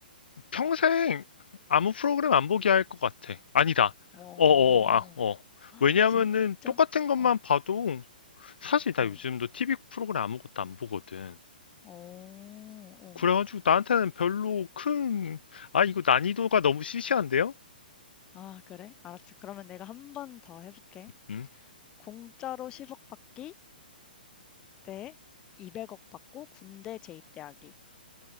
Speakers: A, on the left (about 80°); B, on the left (about 15°).
A: 평생 아무 프로그램 안 보게 할 것 같아. 아니다.
B: 오.
A: 어, 어, 어, 아, 어. 왜냐면은
B: 진짜?
A: 똑같은 것만
B: 어,
A: 봐도 사실 나
B: 어,
A: 요즘도 TV 프로그램 아무것도 안 보거든.
B: 어, 어.
A: 그래가지고 나한테는 별로 큰, 아, 이거 난이도가 너무 시시한데요?
B: 아, 그래? 알았어. 그러면 내가 한 번 더 해볼게.
A: 음?
B: 공짜로 10억 받기 대 200억 받고 군대 재입대하기.